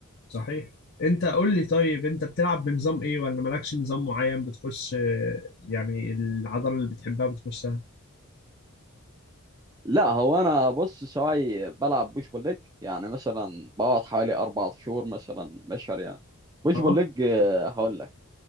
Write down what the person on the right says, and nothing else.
لا هو أنا بص سواعي بلعب بوش بول ليج يعني مثلا بقعد حوالي أربع شهور مثلا مشهر يعني بوش
بول ليج آه، هقول لك